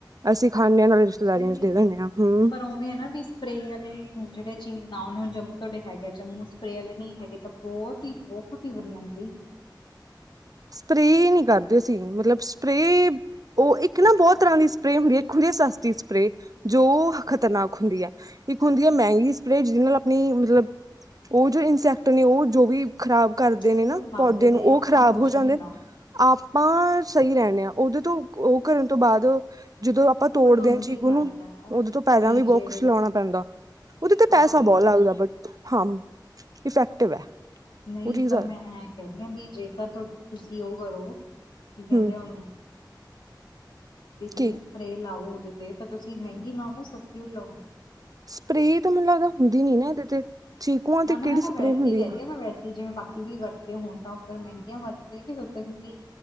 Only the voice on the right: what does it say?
ਅਸੀਂ! ਖਾਂਦੇ ਹਾਂ ਨਾਲ ਰਿਸ਼ਤੇਦਾਰੀਆਂ
ਚ ਦੇ ਦਿੰਦੇ ਹਾਂ ਹਮ
ਸਪਰੇਅ ਨਹੀਂ ਕਰਦੇ ਅਸੀਂ ਮਤਲਬ ਸਪਰੇਅ ਉਹ ਇੱਕ ਨਾ ਬਹੁਤ। ਤਰ੍ਹਾਂ ਦੀ ਸਪਰੇ ਹੁੰਦੀ ਹੈ ਇੱਕ ਹੁੰਦੀ ਹੈ ਸਸਤੀ ਸਪਰੇਅ ਜੋ ਖ਼ਤਰਨਾਕ ਹੁੰਦੀ ਹੈ ਇੱਕ ਹੁੰਦੀ ਹੈ ਮਹਿੰਗੀ। ਸਪ੍ਰਰੇ ਜਿਹਦੇ ਨਾਲ ਆਪਣੀ ਮਤਲਬ ਉਹ ਜੋ ਇਨਸੈਕਟ ਨੇ ਉਹ ਜੋ ਵੀ। ਖ਼ਰਾਬ ਕਰਦੇ
ਨੇ ਨਾ
ਪੌਦੇ
ਨੂੰ ਉਹ
ਖ਼ਰਾਬ
ਹੋ। ਜਾਂਦੇ
ਆਪਾਂ ਸਹੀ ਰਹਿੰਦੇ ਆਾਂ ਉਹਦੇ ਤੋਂ ਉਹ ਕਰਨ ਤੋਂ ਬਾਅਦ। ਜਦੋਂ ਆਪਾਂ ਤੋੜਦੇ
ਹਾਂ
ਚੀਕੂ
ਨੂੰ
ਉਦੋਂ ਤੋਂ ਪੈਲਾਂ ਵੀ ਬਹੁਤ
ਕੁਛ ਲਾਉਣਾ ਪੈਂਦਾ। ਉਹਦੇ ਤੇ
ਪੈਸਾ ਬਹੁਤ ਲੱਗਦਾ ਬਟ ਹਾਂ ਇਫੈਕਟਿਵ ਹੈ।
ਉਹ ਚੀਜ਼
ਹੈ
ਹੂੰ
ਕੀ
ਸਪਰੇ ਤਾਂ ਮੈਨੂੰ ਲੱਗਦਾ ਹੁੰਦੀ ਨੀ ਨਾ ਇਹਦੇ ਤੇ। ਚੀਕੂਆਂ ਤੇ
ਕਿਹੜੀ
ਸਪਰੇਅ
ਹੁੰਦੀ